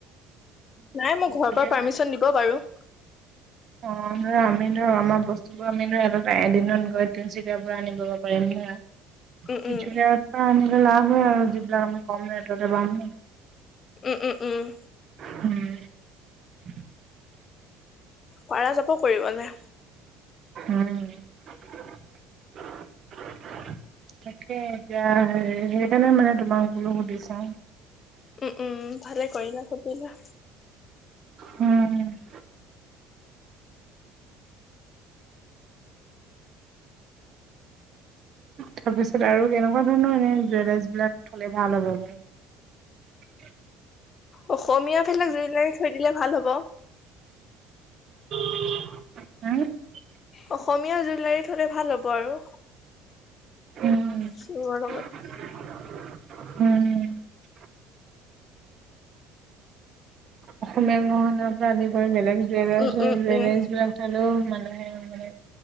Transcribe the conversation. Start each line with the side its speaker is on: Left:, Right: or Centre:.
Left: নাই মোক ঘৰৰ
Right: তেতিয়া
Left: পৰা পাৰ্মিচন দিব বাৰু
Right: অ ধৰা আমি ধৰা আমাৰ বস্তুবোৰ আমি ধৰা এদিনত গৈ তিনিচুকীয়াৰ পৰা আনিব পাৰিম নৰা
Left: উম
Right: তিনিচুকীয়া
Left: উম
Right: পৰা আনিল লাভ সেযা আৰু যিবিলাক আমি কম ৰেটতে পাম।
Left: উম - উম- উম
Right: উম
Left: পৰাৰা যাব কৰিবলে।
Right: উম তাকে এতিয়াে সেই সেইকাৰণে মানে তোমাক বোলো সুধি চাওঁ।
Left: উম -উম ভালে কৰিলা সুধিলা,
Right: উম তাৰপিছত আৰু কেনেকুৱা ধৰণৰ এনে জুৱেলাৰছ বিলাক থলে ভাল হ'ব বাৰু
Left: অসমীয়া ভিলাক জুইলাৰ থৈ দিলে ভাল হ'ব।
Right: হ <inaudible>
Left: অসমীয়া জুলাৰি থ'লে ভাল হ'ব আৰু
Right: উম
Left: কিহ লগত?
Right: উম। অসমীয়া গহনাৰ পৰা আদি কৰি বেলেগ, বেমেজ
Left: উম উম
Right: -বেমেজ
Left: উম
Right: বিলাক খালেও মানে, মানে মানে